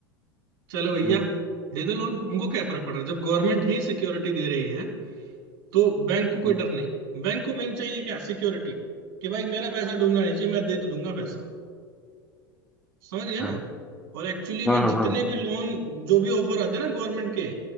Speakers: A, on the right; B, in the centre.
A: चलो भैया
B: हम्म
A: दे दो लोन उनको क्या फर्क पड़ रहा है जब गवर्नमेंट ही सिक्योरिटी दे रही है तो बैंक को कोई
B: हम्म,
A: डर नहीं बैंक को मेन चाहिए क्या सिक्योरिटी कि भाई मेरा पैसा डूबना नहीं चाहिए मैं दे तो दूंगा पैसा समझ गए ना
B: हाँ
A: और एक्चुअली में
B: हाँ हाँ
A: जितने
B: हाँ।
A: भी लोन जो भी ऑफर आते हैं ना गवर्नमेंट के